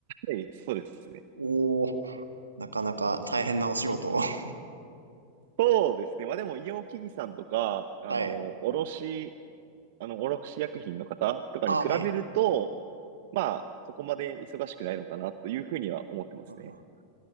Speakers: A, on the right; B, on the right.
A: ええそうですね。
B: おー、なかなか大変なお仕事を。<laughs>
A: そうですね。まあでも、医療機器さんとか、あの、
B: はい。
A: 卸、あの、卸薬品の方とかに比べると、
B: あ、はい。
A: まあ、そこまで忙しくないのかなというふうには思ってますね。
B: <laughs>